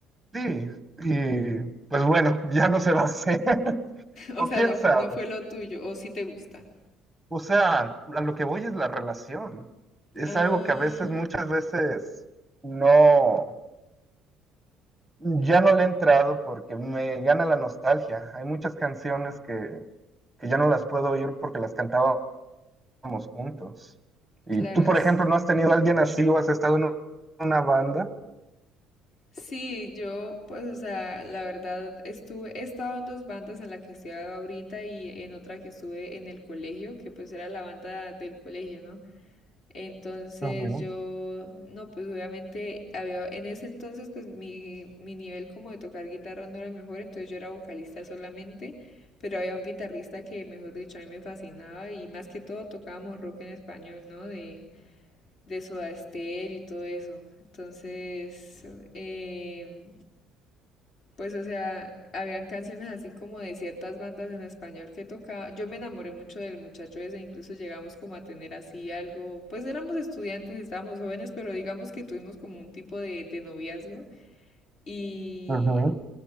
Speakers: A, in the centre; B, on the left (about 40°).
A: sí, y pues bueno, ya no se va a hacer. <laughs> O
B: O sea,
A: quién
B: no,
A: sabe.
B: fu- no fue lo tuyo, o si te gusta.
A: O sea, a lo que voy es la relación. Es
B: Ah,
A: algo que a veces, muchas veces, no Ya no le he entrado porque me gana la nostalgia. Hay muchas canciones que, que ya no las puedo oír porque las cantábamos juntos. Y
B: claro,
A: tú, por
B: s-
A: ejemplo, ¿no has tenido a alguien así o has estado en un- una banda?
B: Sí, yo pues, o sea, la verdad estuve, he estado en dos bandas en la que estoy ahorita y en otra que estuve en el colegio, que pues era la banda del colegio, ¿no? Entonces
A: Ujú,
B: yo, no, pues obviamente había, en ese entonces pues mi, mi nivel como de tocar guitarra no era el mejor, entonces yo era vocalista solamente, pero había un guitarrista que, mejor dicho, a mí me fascinaba y más que todo tocábamos rock en español, ¿no? De, de Soda Stereo y todo eso. Entonces, em, pues, o sea, habían canciones así como de ciertas bandas en español que tocaba. Yo me enamoré mucho del muchacho ese, incluso llegamos como a tener así algo. Pues éramos estudiantes y estábamos jóvenes, pero digamos que tuvimos como un tipo de, de noviazgo y,
A: ujú.